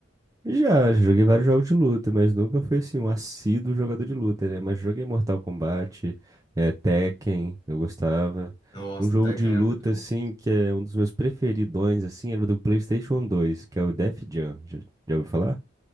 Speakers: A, on the right; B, on the left.
A: Já, já joguei vários jogos de luta, mas nunca fui, assim, um assíduo jogador de luta, né? Mas joguei Mortal Kombat, é, Tekken, eu gostava.
B: Nossa,
A: Um jogo
B: Tekken
A: de luta,
B: era muito bom.
A: assim, que é um dos meus preferidões, assim, era o do PlayStation 2, que é o Def Jam. Já, já ouviu falar?